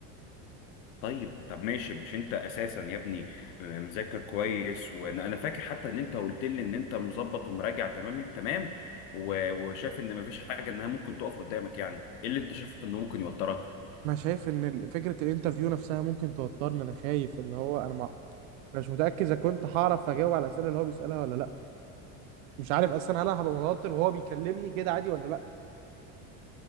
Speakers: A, on the left; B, on the right.
A: طيب طب ماشي مش انت اساسا يا ابني مذاكر كويس وانا انا فاكر حتى ان انت قلت لي ان انت مظبط ومراجع تمام التمام و- وشايف ان مفيش حاجه انها ممكن تقف قدامك يعني ايه اللي انت شايف انه ممكن يوترك
B: انا شايف ان ال- فكره الانترفيو نفسها ممكن توترني انا خايف اللي هو انا مع... أنا مش متاكد اذا كنت هعرف اجاوب على الاسئله اللي هو بيسالها ولا لا مش عارف اصلا هل انا هبقى متوتر وهو بيكلمني كده عادي ولا لا